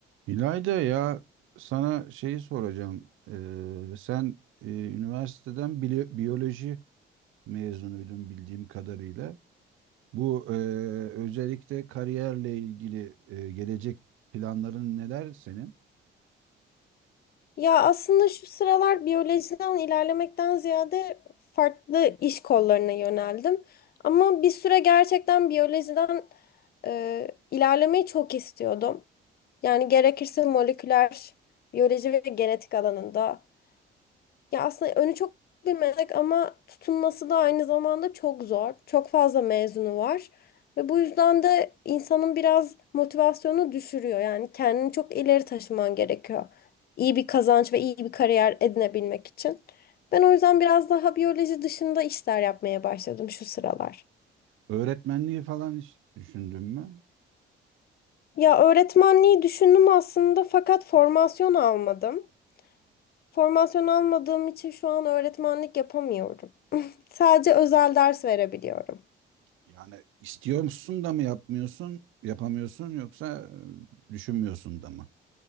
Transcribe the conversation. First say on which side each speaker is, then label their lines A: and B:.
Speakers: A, on the right; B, on the left.
A: İlayda ya sana şeyi soracağım. Ee, sen e, üniversiteden bili- biyoloji mezunuydun bildiğim kadarıyla. Bu e, özellikle kariyerle ilgili e, gelecek planların neler senin?
B: Ya aslında şu sıralar biyolojiden ilerlemekten ziyade farklı iş kollarına yöneldim. Ama bir süre gerçekten biyolojiden e, ilerlemeyi çok istiyordum. Yani gerekirse moleküler biyoloji ve genetik alanında ya aslında önü çok bir meslek ama tutunması da aynı zamanda çok zor. Çok fazla mezunu var. Ve bu yüzden de insanın biraz motivasyonu düşürüyor. Yani kendini çok ileri taşıman gerekiyor. İyi bir kazanç ve iyi bir kariyer edinebilmek için. Ben o yüzden biraz daha biyoloji dışında işler yapmaya başladım şu sıralar.
A: Öğretmenliği falan hiç düşündün mü?
B: Ya öğretmenliği düşündüm aslında fakat formasyon almadım. Formasyon almadığım için şu an öğretmenlik yapamıyorum. Sadece özel ders verebiliyorum.
A: Yani istiyor musun da mı yapmıyorsun, yapamıyorsun yoksa e, düşünmüyorsun da mı?